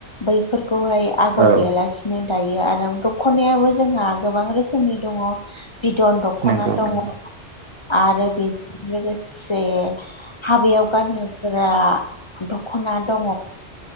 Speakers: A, on the left; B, on the right.
A: बैफोरखौहाय। आगर
B: औ
A: गैयालासिनो
B: औ
A: दायो आरो दख'नायाबो जोंहा गोबां रोखोमनि दङ। बिदन दख'ना
B: नंगौ
A: दङ।
B: नंगौ
A: आरो बेजों लोगोसे हाबायाव गानहोग्रा दख'ना दङ।